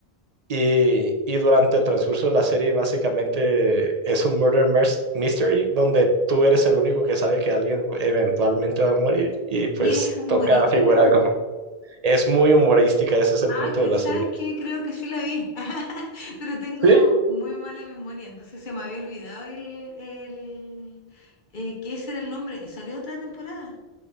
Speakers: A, on the right; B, on the left.
A: y, y durante el transcurso de la serie básicamente es un murder mers- mystery donde tú eres el único que sabe que alguien eventualmente va a morir y pues
B: ¿Y es humorística?
A: toca figurar con... Es muy humorística, ese es el
B: Ah,
A: punto
B: cre-
A: de la
B: ¿sabes
A: serie.
B: qué? Creo que sí la vi, <laughs> pero tengo
A: Sí,
B: muy mala memoria, entonces se me había olvidado el, el eh, que ese era el nombre. ¿Salió otra temporada?